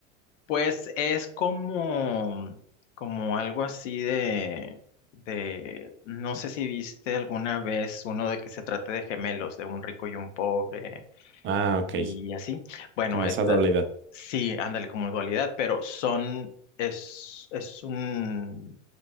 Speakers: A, on the left; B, on the right.
A: Pues es como, como algo así de, de, no sé si viste alguna vez uno de que se trate de gemelos, de un rico y un pobre.
B: Ah, ok,
A: Y así. Bueno,
B: como
A: esta,
B: esa dualidad,
A: sí, ándale como dualidad, pero son, es, es un,